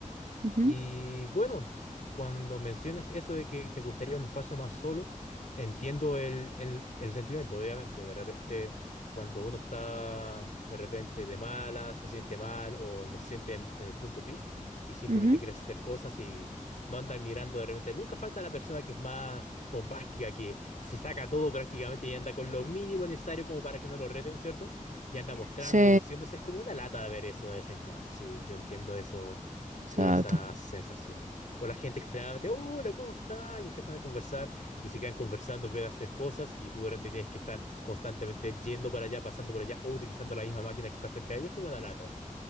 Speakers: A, on the right; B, on the left.
A: Ujú,
B: Y bueno, cuando mencionas eso de que te gustaría un espacio más solo, entiendo el, el, el sentimiento, obviamente. De repente, cuando uno está de repente de mala, se siente mal o no se siente en, en el punto peak y simplemente
A: ujú.
B: quieres hacer cosas y no andar mirando de repente. Nunca falta la persona que es más bombástica, que se saca todo prácticamente y anda con lo mínimo necesario como para que no lo reten, ¿cierto? Y anda mostrando
A: Sí,
B: y luciéndose. Es como una lata de ver eso de vez en cuando. Sí, yo entiendo eso
A: exacto.
B: esa sensación. O la gente extremadamente, hola, ¿cómo está? Y empiezan a conversar y se quedan conversando en vez de hacer cosas y tú durante tienes que estar constantemente yendo para allá, pasando por allá o utilizando la misma máquina que está cerca de ellos como una lata.